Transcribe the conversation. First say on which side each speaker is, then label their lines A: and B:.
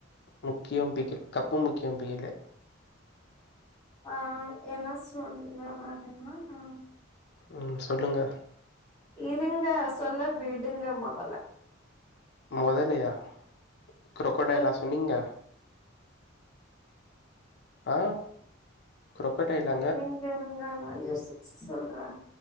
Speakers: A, on the left; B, on the left.
A: முக்கியோ பிகில் கப்பு முக்கியோ பிகுலு
B: ஆ என்ன சொல்ல வரனா நா
A: ம் சொல்லுங்க
B: இருங்க சொல்ல விடுங்க மொதல்ல
A: முதலயா க்ரொக்கொடைலா
B: ம்
A: சொன்னிங்க ஆ க்ரொக்கடைலா
B: இருங்க இருங்க நா யோசிச்சு சொல்றே